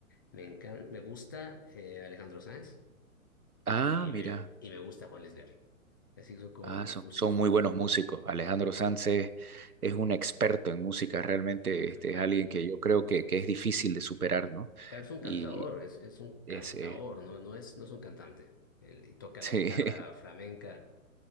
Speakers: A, on the left; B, on the right.
A: Me encanta, me gusta eh, Alejandro Sanz.
B: Ah,
A: y
B: mira,
A: me, y me gusta Juan Lesguer. Así son como
B: ah,
A: mis
B: son,
A: gustos.
B: son muy buenos músicos. Alejandro Sanz es, es un experto en música, realmente
A: Ca-
B: este,
A: ca-
B: es alguien que yo creo que, que es difícil de superar, ¿no?
A: Ca- es un cantador,
B: Y
A: es, es un
B: es,
A: cantador,
B: eh,
A: no, no es, no es un cantante. Él- y toca
B: Sí.
A: la guitarra
B: <laughs>
A: flamenca